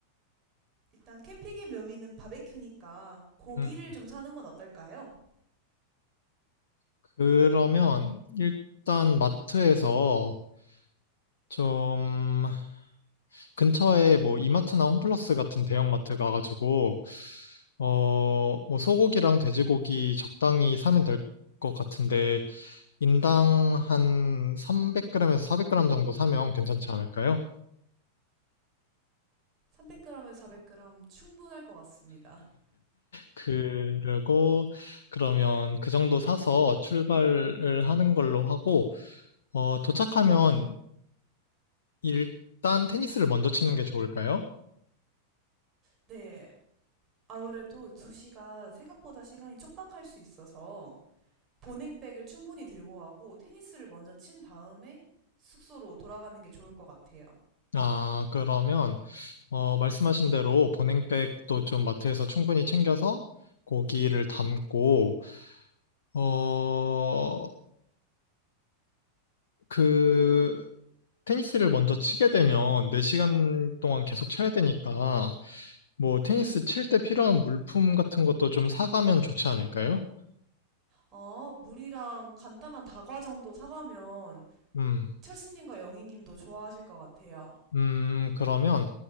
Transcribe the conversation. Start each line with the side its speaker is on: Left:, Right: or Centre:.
Right: 일단 캠핑의 묘미는 바베큐니까 고기를
Left: 음,
Right: 좀 사는 건 어떨까요?
Left: 그러면 일단 마트에서 좀 근처에 뭐 이마트나 홈플러스 같은 대형마트 가가지고 어 뭐 소고기랑 돼지고기 적당히 사면 될 것 같은데 인당 한 300g에서 400g 정도 사면 괜찮지 않을까요?
Right: 300g에서 400g 충분할 것 같습니다.
Left: 그리고 그러면 그 정도 사서 출발을 하는 걸로 하고 어 도착하면 일단 테니스를 먼저 치는 게 좋을까요?
Right: 네. 아무래도 2시가 생각보다 시간이 촉박할 수 있어서 보냉백을 충분히 들고 가고 테니스를 먼저 친 다음에 숙소로 돌아가는 게 좋을 것 같아요.
Left: 아, 그러면 어, 말씀하신 대로 보냉백도 좀 마트에서 충분히 챙겨서 고기를 담고, 어, 그, 테니스를 먼저 치게
Right: 네.
Left: 되면 4시간 동안 계속 쳐야 되니까, 뭐,
Right: 네.
Left: 테니스 칠 때 필요한 물품 같은 것도 좀 사가면 좋지 않을까요?
Right: 아, 물이랑 간단한 다과 정도 사가면
Left: 음,
Right: 철수님과 영희님도 좋아하실 것 같아요.
Left: 음, 그러면